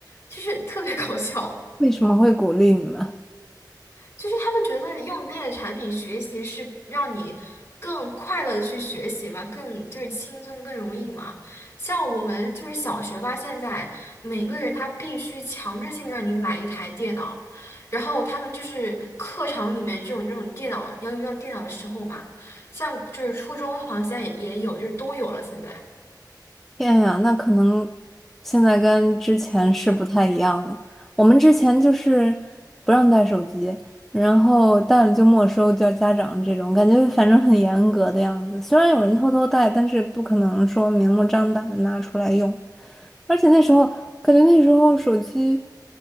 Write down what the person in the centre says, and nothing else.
<laughs> 为什么会鼓励你们？
天呀，那可能现在跟之前是不太一样了。我们之前就是不让带手机，然后带了就没收，叫家长这种，感觉反正很严格的样子。虽然有人偷偷带，但是不可能说明目张胆的拿出来用。而且那时候感觉那时候手机